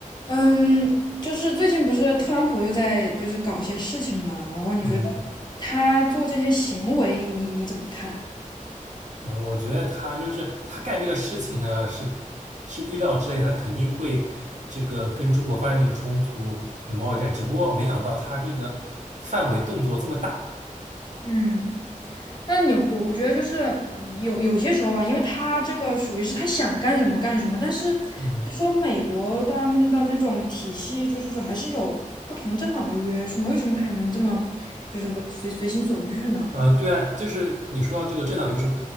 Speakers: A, on the left (about 30°); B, on the right (about 60°).
A: 嗯，就是最近不是特朗普又在就是搞一些事情嘛，然后你觉得
B: 嗯
A: 他做这些行为，你你怎么看？
B: 嗯，我觉得他就是他干这个事情呢，是是预料之内的，他肯定会这个跟中国发生点冲突，有贸易战。只不过没想到他这个范围动作这么大。
A: 嗯那你我我觉得就是有有些时候啊，因为他这个属于是他想干什么干什么，但是就说美国他们的那种体系，
B: 嗯，
A: 就是说还是有不同政党的约束嘛，为什么他还能这么就是为随随心所欲呢？
B: 呃，对啊，就是你说到这个政党约束，